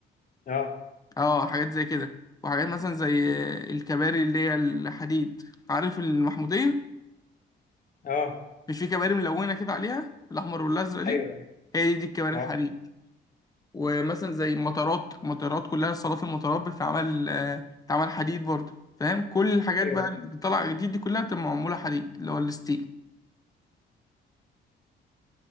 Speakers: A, on the left; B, on the left.
A: اه
B: اه حاجات زي كده وحاجات مثلا زي آه، الكباري اللي هي الحديد عارف المحموديه
A: اه
B: مش في كباري ملونة كده عليها الأحمر والأزرق دي
A: ايوه
B: هي دي, دي الكباري
A: اه
B: الحديد ومثلا زي مطارات مطارات كلها صالات المطارات بتتعمل آه، بتتعمل حديد برضه فاهم كل الحاجات
A: ايوه
B: بقى اللي طالعة جديد دي كلها بتبقى معمولة حديد اللي هو الستيل